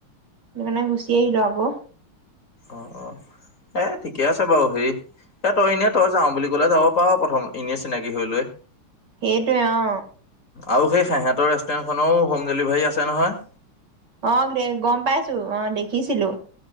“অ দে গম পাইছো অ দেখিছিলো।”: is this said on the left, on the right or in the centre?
Right